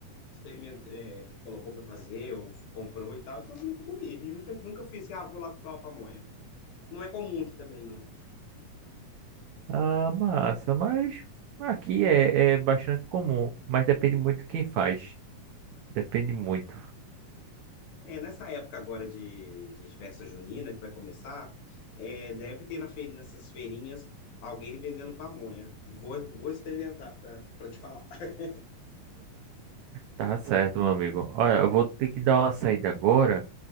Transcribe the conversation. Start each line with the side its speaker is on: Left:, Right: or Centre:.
Left: experimentou, é, colocou para fazer ou comprou e tal. Então eu nunca comi. E nunca, nunca fui assim, ah, vou lá comprar uma pamonha. Não é comum aqui também, não.
Right: a massa, mas aqui é, é bastante comum, mas depende muito de quem faz. Depende muito.
Left: É, nessa época agora de, de festa junina que vai começar, é, deve ter na feira, nessas feirinhas alguém vendendo pamonha. Vou, vou experimentar para te falar. <laughs>
Right: Tá certo, meu amigo. Olha, eu vou ter que dar uma saída agora,